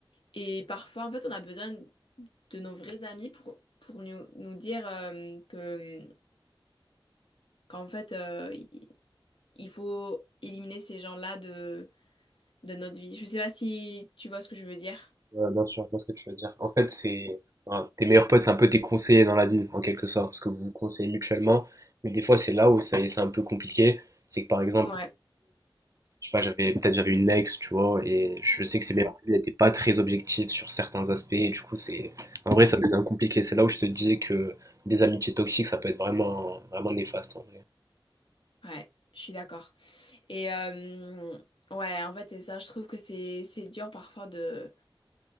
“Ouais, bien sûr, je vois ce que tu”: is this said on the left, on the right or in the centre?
Right